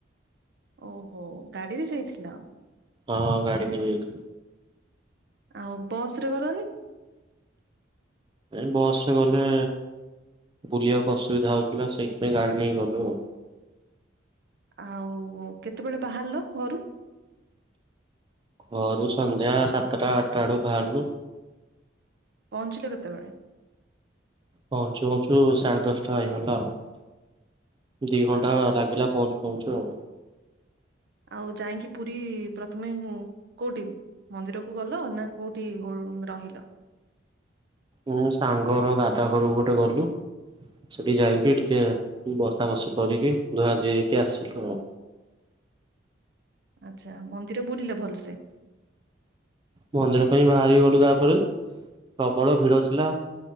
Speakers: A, on the right (about 60°); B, on the right (about 25°).
A: ଓହୋ ଗାଡିରେ ଯାଇଥିଲ।
B: ହଁଁ, ଗାଡି ନେଇକି ଯାଇଥିଲୁ।
A: ଆଉ ବସ୍ ରେ ଗଲନି।
B: ଏ ବସରେ ଗଲେ ବୁଲିବାକୁ ଅସୁବିଧା ହଉଥିଲା ସେଇଥିପାଇଁ ଗାଡ଼ି ନେଇକି ଗଲୁ ଆଉ।
A: ଆଉ କେତେବେଳେ ବାହାରିଲ ଘରୁ?
B: ଘରୁ ସନ୍ଧ୍ୟା ସାତଟା ଆଠଟା ବେଳୁ ବାହାରିଲୁ।
A: ପହଞ୍ଚିଲ କେତେବେଳେ?
B: ପହଞ୍ଚୁ ପଞ୍ଚୁ ସାଢେ ଦଶଟା ହେଇଗଲା ଆଉ। ଦି ଘଣ୍ଟା
A: ଆ-
B: ଲାଗିଲା। ପହଞ୍ଚ ପହଞ୍ଚୁ ଆଉ।
A: ଆଉ ଯାଇଁକି ପୁରୀ ପ୍ରଥମେ କୋଉଠି? ମନ୍ଦିର କୁ ଗଲ ନା କୋଉଠି ରହିଲ?
B: ମୁଁ ସାଙ୍ଗର ଦାଦା ଘରକୁ ଗୋଟେ ଗଲୁ। ସେଠି ଯାଇକି ଟିକେ ବସା ବସି କରିକି ଧୁଆଧୁଇ ହେଇକି ଆସିଲୁ ଆଉ।
A: ଆଚ୍ଛା, ମନ୍ଦିର ବୁଲିଲ ଭଲସେ?
B: ମନ୍ଦିର ପାଇଁ ବାହାରି ଗଲୁ ତାପରେ, ପ୍ରବଳ ଭିଡ ଥିଲା।